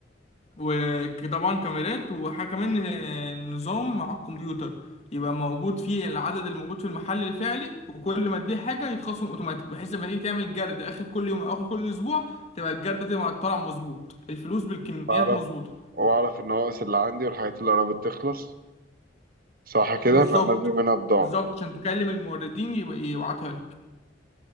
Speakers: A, on the left; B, on the right.
A: وطبعا كاميرات وحاجه كمان آه، نظام على الكمبيوتر يبقى موجود فيه العدد الموجود في المحل الفعلي وكل ما تبيع حاجه يتخصم اوتوماتيك بحيث لما تيجي تعمل جرد اخر كل يوم او اخر كل اسبوع تبقى الجرد مع الطلع مظبوط الفلوس بالكميات
B: اعرف
A: مظبوطه
B: واعرف النواقص اللي عندي والحاجات اللي قربت تخلص صح كده
A: بالظبط
B: فنزل منها بضاعة
A: بالظبط عشان تكلم الموردين يبقى يبعتها لك